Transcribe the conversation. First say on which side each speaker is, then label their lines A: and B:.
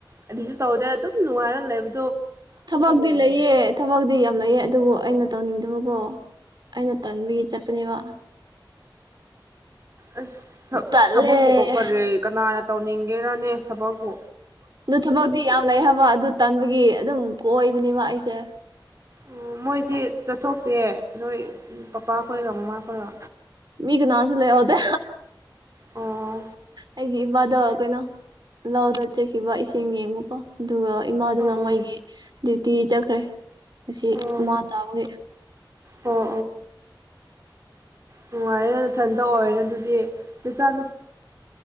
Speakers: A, on the right; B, on the right.
A: ꯑꯗꯨꯅꯤꯁꯨ ꯇꯧꯗꯦ ꯑꯗꯨꯝ ꯅꯨꯡꯉꯥꯏꯔꯜꯂꯦꯕ
B: ꯊꯕꯒꯗꯂ ꯌꯦꯦꯠ ꯊꯕꯛꯇꯤ ꯌꯥꯝ ꯂꯩꯌꯦ ꯑꯗꯨꯕꯨ ꯑꯩꯅ ꯇꯧꯅꯤꯡꯗꯕꯀꯣ ꯑꯩꯅ ꯇꯧꯍꯟꯕꯒꯤ ꯆꯠꯄꯅꯦꯕ
A: ꯑꯁ ꯊ
B: ꯇꯜꯂꯦ
A: ꯊꯕꯔꯦ ꯀꯅꯥ ꯇꯧꯅꯤꯡꯒꯦꯔꯅꯦ ꯊꯕꯛꯄꯨ
B: ꯑꯗꯨ ꯊꯕꯛꯇꯤ ꯌꯥꯝ ꯂꯩ ꯍꯥꯏꯕ ꯑꯗꯨ ꯇꯟꯕꯒꯤ ꯑꯗꯨꯝ ꯀꯣꯏꯕꯅꯦꯕ ꯑꯩꯁꯦ
A: ꯑꯣ ꯃꯣꯏꯗꯤ ꯆꯠꯊꯣꯛꯇꯦꯦ ꯅꯣꯏ ꯄꯄꯥ ꯈꯣꯏꯔ ꯃꯃꯥ ꯈꯣꯏꯔ
B: ꯃꯤ ꯀꯅꯥꯥꯟꯁꯨ ꯂꯩꯍꯗꯦ
A: ꯑꯣ
B: ꯑꯩꯒꯤ ꯏꯃꯗ ꯀꯩꯅꯣ ꯂꯗꯠꯆꯈꯤꯕ ꯏꯁꯤꯡ ꯌꯦꯡꯉꯨꯀ ꯑꯗꯨꯒ ꯏꯃꯥꯗꯨꯅ
A: ꯑꯣ
B: ꯃꯣꯏꯒꯤ ꯇꯤ ꯆꯠꯈ꯭ꯔꯦ ꯑꯁꯤ
A: ꯑꯣ
B: ꯃꯥ ꯇꯥꯕꯒꯤ
A: ꯑꯣ ꯅꯨꯡꯉꯥꯏꯔꯦꯅꯦ ꯏꯊꯟꯇ ꯑꯣꯏꯔꯦꯅꯦ ꯑꯗꯨꯗꯤꯆꯥꯨ